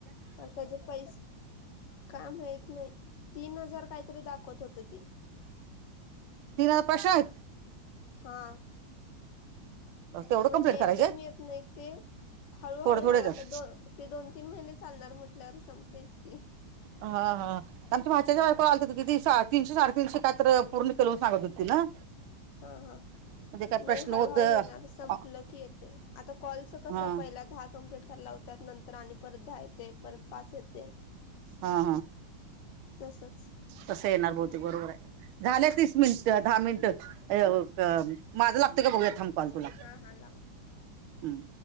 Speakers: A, on the left (about 70°); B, on the right (about 80°).
A: तर त्याचे पैसे काम माहित नाही तीन हजार काहीतरी दाखवत होत ते.
B: तीन पाचशे आहेत.
A: हा,
B: तेवढं
A: म्हणजे
B: कंप्लीट करायचे
A: एकदम येत नाही ते हळूहळूहळू
B: थोडे थोडेच
A: आता
B: आहेत.
A: दोन. हे दोन तीन महिने चालणार म्हटल्यावर सपतेयच की.
B: हा हा, आमच्या भाच्या बायको आलत हो कीती तीनशे साडेतीनशे काय तर पूर्ण केलं म्हणून सांगत होती ना.
A: हा हा,
B: म्हणजे काय
A: नाही
B: प्रश्न
A: हळूहळू
B: होत हा
A: येणार संपलं की येते आता कॉलच कस
B: हा
A: पहिला दहा कमप्लीट. करायला नंतर आणि परत दहा येते. परत पाच येते
B: हा
A: तसच.
B: तस येणार बहुतेक बरोबर आहे झाले तीस मिनिट दहा मिनिट. त ये व हा माझं लागत का बघूया थांब कॉल तुला
A: हा हा लाव
B: हं.